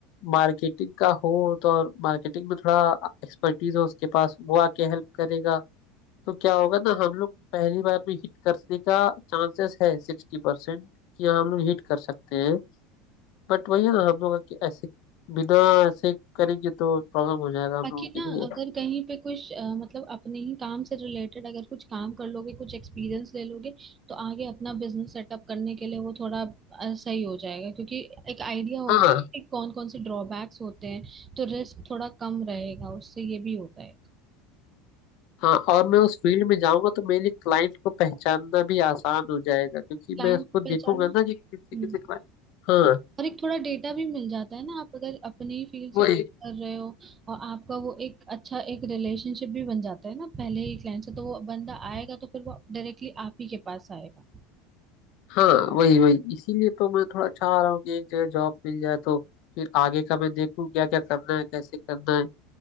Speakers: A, on the left; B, on the right.
A: मार्केटिंग का हो तो और मार्केटिंग में थोड़ा एक्सपर्टीज हो उसके पास वो आके हेल्प करेगा तो क्या होगा ना हम लोग पहली बार में हिट करने का चांसेस है सिक्सटी परसेंट कि हाँ, हम लोग हिट कर सकते हैं बट वही है ना हम लोग कि ऐसे बिना ऐसे करेंगे तो प्रॉब्लम हो जाएगा हम
B: बाकी
A: लोगों के
B: ना
A: लिए
B: अगर कहीं पे कुछ अ, मतलब अपने ही काम से रिलेटेड अगर कुछ काम कर लोगे कुछ एक्सपीरियंस ले लोगे तो आगे अपना बिजनेस सेटअप करने के लिए वो थोड़ा अ, सही हो जाएगा क्योंकि एक आइडिया हो
A: हाँ हाँ
B: कि कौन कौन से ड्रॉबैक्स होते हैं तो रिस्क थोड़ा कम रहेगा उससे ये भी होता है
A: हाँ और मैं उस फील्ड में जाऊंगा तो मेरे लिए क्लाइंट को पहचानना भी आसान हो जाएगा क्योंकि
B: क्लाइंट
A: मैं उसको
B: को
A: देखूंगा
B: पहचानना
A: ना कि किसी
B: हम्म,
A: किसी क्लाइंट हाँ
B: और एक थोड़ा डेटा भी मिल जाता है ना आप अगर अपने ही फील्ड से
A: वही
B: कर रहे हो और आपका वो एक अच्छा एक रिलेशनशिप भी बन जाता है ना पहले ही क्लाइंट से तो वो बंदा आएगा तो फिर वो डायरेक्टली आप ही के पास आएगा
A: हाँ वही वही इसीलिए तो मैं थोड़ा चाह रहा हूँ कि एक जगह जॉब मिल जाए तो फिर आगे का मैं देखूँ क्या क्या करना है कैसे करना है